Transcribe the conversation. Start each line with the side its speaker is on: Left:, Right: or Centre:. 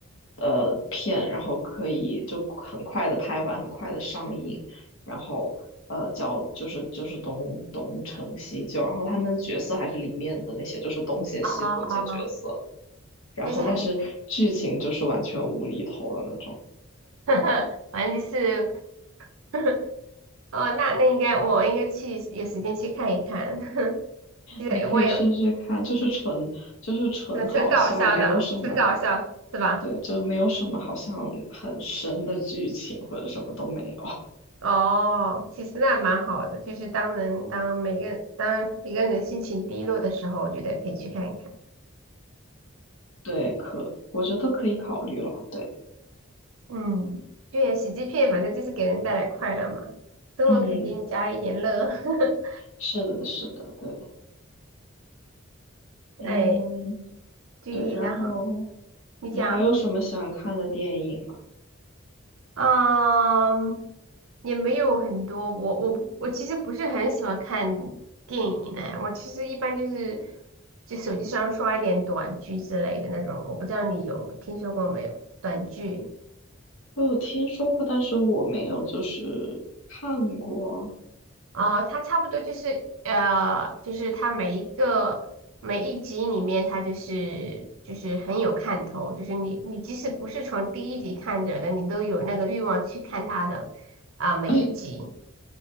Left: 呃片，然后可以就很快的拍完，很快的上映，然后呃叫就是就是东东成西就，然后他们的角色还是里面的那些就是东邪西毒那些角色，
Right: 哦，
Left: 然后但是剧情就是完全无厘头的那种。
Right: 就是还是，<laughs> 反正就是，<laughs> 哦，那那应该我应该去有时间去看一看，<laughs> 就是我也
Left: 你可以试试看，就是纯就是纯好笑，
Right: 很很搞笑的，
Left: 没有什么，
Right: 很搞笑是吧？
Left: 对，就没有什么好像很深的剧情或者什么都没有。<laughs>
Right: 哦，其实那蛮好的，就是当人当每个当一个人心情低落的时候，我觉得可以去看一看。
Left: 对，可我觉得可以考虑了。对，
Right: 嗯，对呀，喜剧片反正就是给人带来快乐嘛，生活肯定加一点乐。
Left: 嗯，
Right: <laughs>
Left: 是的，是的，对，嗯，
Right: 哎，对，
Left: 对。然后
Right: 然后你讲，
Left: 你还有什么喜欢看的电影吗？
Right: 嗯，也没有很多，我我不我其实不是很喜欢看电影呢，我其实一般就是就手机上刷一点短剧之类的那种，我不知道你有听说过没有，短剧。
Left: 我有听说过，但是我没有就是看过
Right: 啊，它差不多就是呃，就是它每一个每一集里面，它就是就是很有看头，就是你你即使不是从第一集看着的，你都有那个欲望去看它的啊、每一集，
Left: <laughs>